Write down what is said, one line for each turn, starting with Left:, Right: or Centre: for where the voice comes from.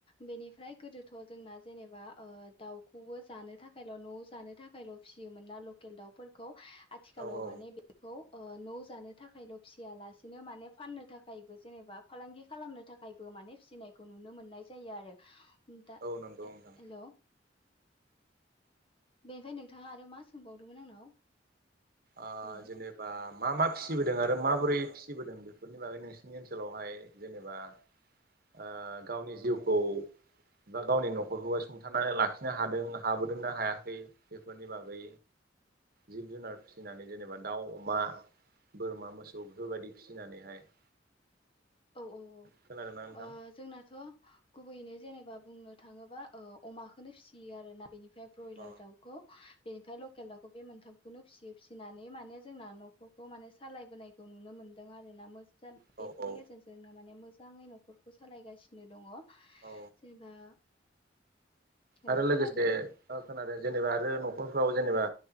Left: बेनिफ्राय गोदोथ' जोंना जेनेबा ओ दाउखौबो जानो थाखायल' न'आव जानो था फारौ फिसियोमोन ना लकेल दाउफोरखौ आथिखालाव
Right: औ औ
Left: माने बे खौ ओ न'आव जानो थाखायल' फिसियालासेनो माने फाननो थाखायबो जेनेबा फालांगि खालामनो थाखायबो माने फिसिनायखौ नुनो मोननाय जायो आरो। उम दा
Right: औ नंगौ नोंथां।
Left: हेलौ बेनिफ्राय नोंथाङा आरो मा सोंबावदोंमोन आंनाव?
Right: ओ
Left: हेल'
Right: जेनेबा मा मा फिसिबोदों आरो माबोरै फिसिबोदों बेफोरनि बागै नोंसिनि ओनसोलावहाय जेनेबा ओ गावनि जिउखौ बा गावनि न'खरखौबो सुंथानानै लाखिनो हादों हाबोदोंना हायाखै? बेफोरनि बागै जिब-जुनार फि सिनानै जेनेबा दाउ, अमा, बोरमा मोसौ बेफोरबायदि फिसिनानैहाय <inaudible>
Left: औ औ औ
Right: खोनादोंना नोंथां?
Left: ओ जोंनाथ' गुबैयैनो जेनेबा बुंनो थाङोबा ओ अमाखौनो फिसियो आरोना बेनिफ्राय ब्रयलार
Right: अ
Left: दाउ खौ बेनिफ्राय लकेल दाउखौ बे मोनथामखौनो फिसियो फिसिनानै माने जोंना न'खौ माने सालायबोनायखौ नुनो मोन्दों आरो ना मोजां
Right: औ
Left: बेफोरनि
Right: औ।
Left: गेजेरजोंनो माने मोजाङै न'खरखौ सालायगासिनो दङ।
Right: औ
Left: जेनेबा हेलौ
Right: आरो लोगोसे
Left: खोनादों
Right: ओ खोनादों जेनेबा आरो न'खरफ्राव जेनेबा